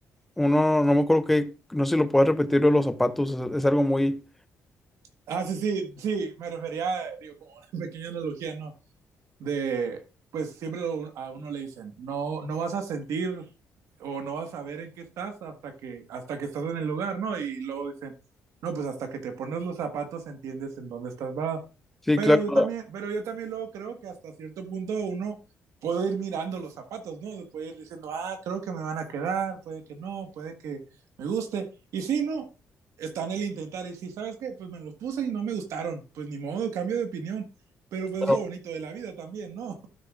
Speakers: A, in the centre; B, on the right.
A: uno, no me acuerdo que, no sé si lo puedes repetir lo de los zapatos, es, es algo muy...
B: Ah, sí, sí, sí, me refería, digo, como una <laughs> pequeña analogía, ¿no? De, pues siempre lo- a uno le dicen, no, no vas a sentir o no vas a ver en qué estás hasta que, hasta que estás en el lugar, ¿no? Y luego dicen, no, pues hasta que te pones los zapatos entiendes en dónde estás parado.
A: Sí,
B: Pero
A: claro.
B: yo también, pero yo también luego creo que hasta cierto punto uno puede ir mirando los zapatos, ¿no? Puede ir diciendo, ah, creo que me van a quedar, puede que no, puede que me guste. Y si no, está en el intentar. Y si sabes qué, pues me los puse y no me gustaron, pues ni modo, cambio de opinión. Pero pues
A: claro.
B: es lo bonito de la vida también, ¿no?